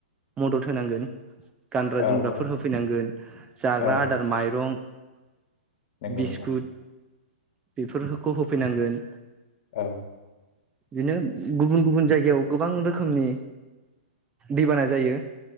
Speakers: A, on the right (about 20°); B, on the left (about 50°).
A: मदद होनांगोन गानग्रा
B: औ
A: जोमग्राफोर
B: औ
A: होफैनांगोन जाग्रा
B: औ
A: आदार माइरं
B: नंगौ
A: बिस्कुट
B: नोंथां
A: बेफोरखौ होफैनांगोन
B: औ
A: बिदिनो गुबुन गुबुन जायगायाव गोबां रोखोमनि दैबाना जायो